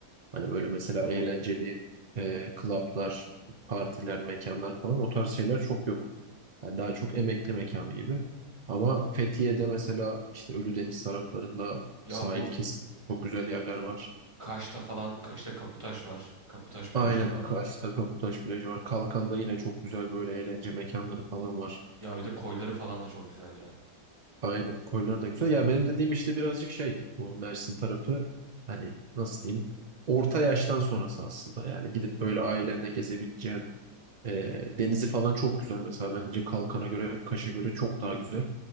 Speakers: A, on the right; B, on the right.
A: Hani böyle mesela
B: hı hı.
A: eğlenceli e, klaplar, partiler, mekanlar falan o tarz şeyler çok yok. Yani daha çok emekli mekanı gibi. Ama Fethiye'de mesela işte Ölüdeniz taraflarında
B: Ya
A: sahil
B: bu
A: kesim çok güzel yerler var.
B: Kaş'ta falan Ka- işte Kaputaş var. Kaputaş plajı
A: Aynen.
B: var.
A: Kars'ta Kaputaş plajı var. Kalkan'da yine çok güzel böyle eğlence mekanları falan var.
B: Ya bir de koyları falan da çok güzel ya.
A: Aynen. Koylar da güzel. Ya benim dediğim işte birazcık şey bu Mersin tarafı hani nasıl diyeyim orta yaştan sonrası aslında. Yani gidip böyle ailenle gezebileceğin e, denizi falan çok güzel mesela. Bence Kalkan'a göre Kaş'a göre çok daha güzel.